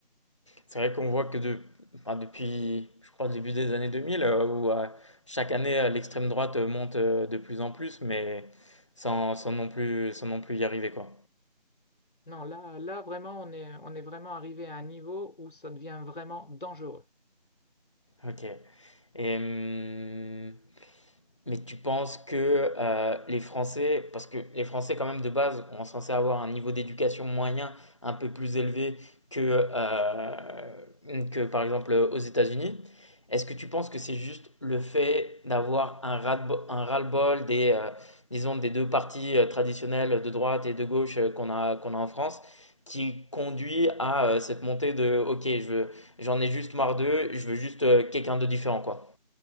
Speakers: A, on the left; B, on the left.
A: C'est vrai qu'on voit que de, enfin, depuis, je crois, le début des années 2000, euh, où euh, chaque année euh, l'extrême droite euh, monte euh, de plus en plus, mais sans, sans non plus, sans non plus y arriver, quoi.
B: Non, là, là vraiment, on est, on est vraiment arrivé à un niveau où ça devient vraiment dangereux.
A: Ok. Et hum, Mais tu penses que euh, les Français, parce que les Français quand même de base, on est censé avoir un niveau d'éducation moyen un peu plus élevé que, euh, que par exemple aux États-Unis, est-ce que tu penses que c'est juste le fait d'avoir un ras-le-bol un ras-le-bol des, euh, disons, des deux partis euh, traditionnels de droite et de gauche euh, qu'on a, qu'on a en France qui conduit à euh, cette montée de OK, je veux- j'en ai juste marre d'eux, je veux juste euh, quelqu'un de différent, quoi.